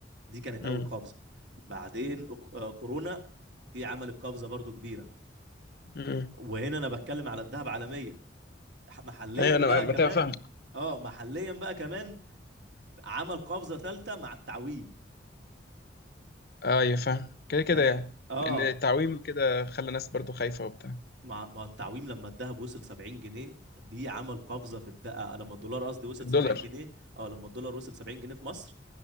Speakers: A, on the right; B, on the left.
A: دي كانت
B: امم
A: اول قفزه بعدين أوك- آه، كورونا دي عملت قفزه برضو كبيره
B: امم
A: وهنا انا بتكلم على الذهب عالميا ح- محليا
B: ايوه انا
A: بقى
B: متابع
A: كمان اه محليا بقى كمان عمل قفزه ثالثه مع التعويم
B: ايوه فاهم كده كده
A: ف
B: يعني
A: اه
B: لان التعويم كده خلى الناس برضو خايفه وبتاع
A: مع مع التعويم لما الذهب وصل 70 جنيه دي عمل قفزه في الدقه لما الدولار قصدي وصل
B: الدولار
A: 70 جنيه اه لما الدولار وصل 70 جنيه في مصر